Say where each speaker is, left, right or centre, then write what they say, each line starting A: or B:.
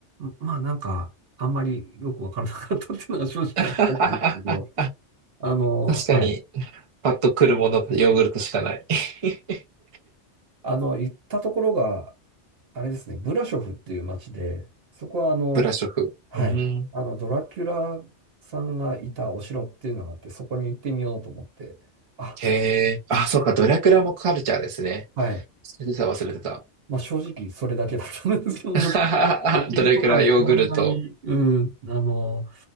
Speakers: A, on the right; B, on the right.
A: まあなんか、あんまりよくわからなかったっていうのが正直なところなんですけど、
B: <laughs> 確
A: あの、はい。
B: かに、パッと来るものがヨーグルトしかない <laughs>
A: あの、行ったところが、あれですね、ブラショフっていう街で、そこはあの、
B: ブラショフ。
A: はい。
B: うん。
A: あの、ドラキュラさんがいたお城っていうのがあって、そこに行ってみようと思って、あ、
B: へえ。あ、そうか、ドラクラもカルチャーですね。
A: はい。
B: 忘れてた、忘れてた。
A: まあ正直それだけだったんですけども、
B: <laughs>
A: <laughs> 食事とかもそんなに、
B: ドラクラヨーグルト。
A: うん、あの、